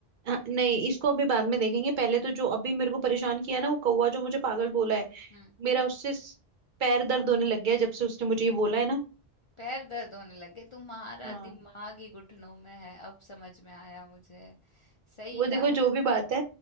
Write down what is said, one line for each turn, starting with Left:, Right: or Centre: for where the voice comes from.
Right: हाँ, नहीं इसको अभी बाद में देखेंगे पहले तो जो अभी मेरे को परेशान किया ना वो कौवा जो मुझे पागल बोला है
Left: हम्म
Right: मेरा उससे स- पैर दर्द होने लग गया है जब से उसने मुझे ये बोला है ना
Left: पैर दर्द होने लगे तुम्हारा
Right: हाँ
Left: दिमाग ही घुटनों में है अब समझ में आया मुझे सही
Right: वो देखो
Left: कहा
Right: जो
Left: है
Right: भी बात है